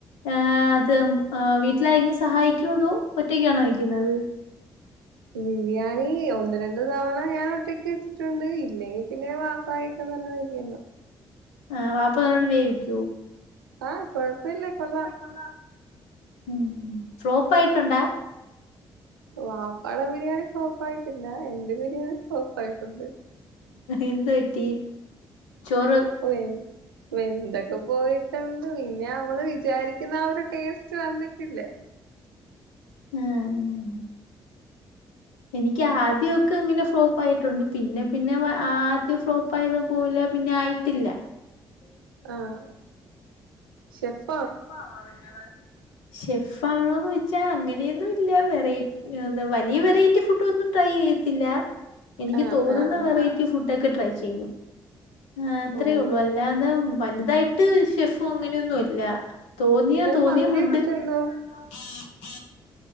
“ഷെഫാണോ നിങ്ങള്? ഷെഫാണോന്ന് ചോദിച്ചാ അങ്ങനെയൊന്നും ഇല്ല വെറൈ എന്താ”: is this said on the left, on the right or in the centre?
Left